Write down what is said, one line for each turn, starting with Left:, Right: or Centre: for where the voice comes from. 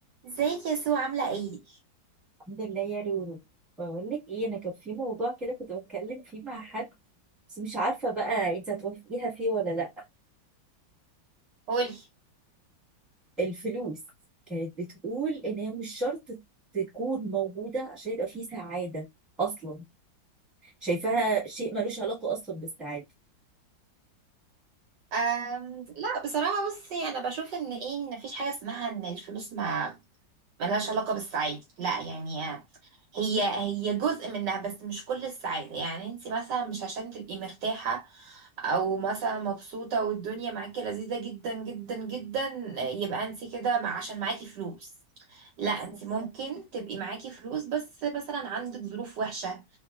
Right: ازيك يا سو عاملة ايه؟
Centre: الحمد لله يا رورو بقول لك ايه انا كان في موضوع كده كنت بتكلم فيه مع حد بس مش عارفه بقى انت هتوافقيها فيه ولا لا
Right: قولي
Centre: الفلوس كانت بتقول ان هي مش شرط تكون موجوده عشان يبقى فيه سعاده اصلا شايفاها شيء ملوش علاقه اصلا بالسعاده
Right: أم... لا بصراحة بصي انا بشوف ان ايه ان مفيش حاجة اسمها ان الفلوس ما ملهاش علاقة بالسعادة لا يعني هي هي جزء منها بس مش كل السعادة يعني انت مثلا مش عشان تبقي مرتاحة او مثلا مبسوطة والدنيا معاكي لذيذة جدا جدا جدا يبقى انت كده مع- عشان معاكي فلوس لا
Centre: صح
Right: انت ممكن تبقي معاكي فلوس بس مثلا عندك ظروف وحشة